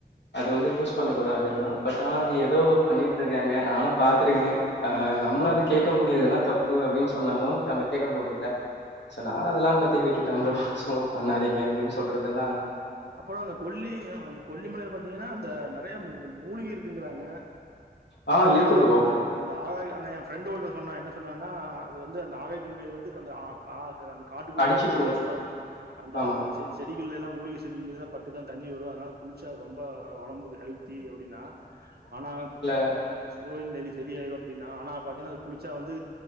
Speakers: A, on the left; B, on the right.
A: அது வந்து யூஸ் பண்ண கூடாதுதா பட் ஆன அங்க ஏதோ பண்ணட்ருக்காங்க நானு பாத்துருக்கே ஆஹ் நம்மள
B: ஆ
A: அத கேட்க முடியாது அதலா தப் ப்பு அப்டின்னு சொன்னாலு அங்க கேட்க போறதுல ச நா
B: சேரி
A: அதெல்லா பத்தி விட்டுட்டு விட்டே ப்ரோ ஸ்மோக் பண்ணாதீங்க அப்படின்னு சொல்றதெல்லா
B: அப்பற அந்த கொல்லி கொல்லிமலைல பாத்தீங்கன்னா அந்த நெறையா மூல்கை இருக்கு இருக்குங்கறாங்க
A: ஆ
B: அவங்க
A: இருக்கு ப்ரோ
B: அந்த அந்த ஆ ஆனா ஏ ஃப்ரெண்டு ஒருத்த சொன்னா என்ன சொன்னா அது வந்து அந்த ஆக கங்கையையில வந்து அக்க கா அந்த காட்டுக்குள்ள
A: அடிச்சுட்டு
B: இந்துதா தண்ணி
A: வரும்
B: வரு அந்த
A: ஆமா
B: அந்த செ செடிகள்ல எல்லா மூலிகை செடிலியேதா பட்டுதா தண்ணி வரு அதனால குளிச்சா ரொம்ப ஒடம் பு ஹெல்தி அப்டின்னா ஆனா
A: அ
B: நோய் நெரி சரி ஆயிரு அப்டின்னா ஆனா பாத்தீங்கன்னா அது குளிச்சா வந்து